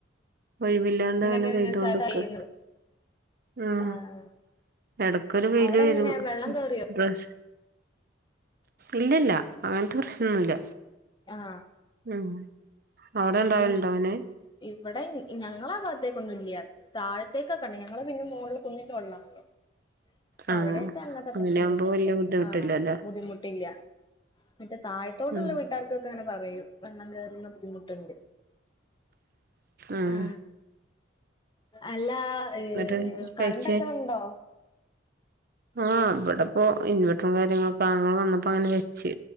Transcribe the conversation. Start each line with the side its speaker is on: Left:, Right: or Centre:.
Right: ഒഴിവില്ലാണ്ട്
Left: ഇങ്ങനെ
Right: അങ്ങനെ
Left: ഇങ്ങനെ
Right: പെയ്തോക്ക്
Left: ഇങ്ങനെ ചാറ്റ പെയ്യുന്നു
Right: ഉം,
Left: ആഹ്
Right: എടക്കൊരു വെയില്
Left: അവിടെ
Right: വരും
Left: എങ്ങനെ
Right: <unintelligible>
Left: വെള്ളം കേറിയോ
Right: ഇല്ലില്യാ അങ്ങെനത്തെ പ്രശ്നൊന്നുല്ല
Left: ആഹ
Right: ഉം അവിടെ ഇണ്ടാവലുണ്ടോ
Left: എന്ത്
Right: അങ്ങനെ
Left: ഇവെടെ ഞങ്ങളേ ഭാത്തേക്കൊന്നുല്യ അത് താഴ്ത്തേക്കൊക്കെ ഇണ്ട് ഞങ്ങള് പിന്നെ മോൾള് കുന്നിന്റെ മോള്ളാണല്ലോ അപ്പ
Right: ആഹ്
Left: അവിടെത്തെ അങ്ങത്തെ
Right: അങ്ങനെയാവുമ്പോ
Left: പ്രശ്നൊന്നില്ലാ അങ്ങട്ട്
Right: വല്യ ബുദ്ധിമുട്ടില്ലല്ലോ
Left: ആഹ ബുദ്ധിമുട്ടില്ലാ മറ്റേ താഴ്ത്തോട്ട്ള്ള
Right: ഉം
Left: വീട്ടാർ ക്കൊക്കെ അങ്ങനെ പറയൂ വെള്ളം കയറുന്ന ബുദ്ധിമുട്ട്ണ്ട്
Right: ആഹ്
Left: ആ അല്ലാ ഏഹ്
Right: എന്നിട്ട്
Left: കറന്റെക്കെ
Right: കഴിച്ചേ
Left: ഇണ്ടോ?
Right: ആഹ് ഇബടെപ്പോ ഇൻവർട്ടറും കാര്യങ്ങളൊക്കെ ആങ്ങള വന്ന പ്പൊ ആണ്ട് വെച്ച്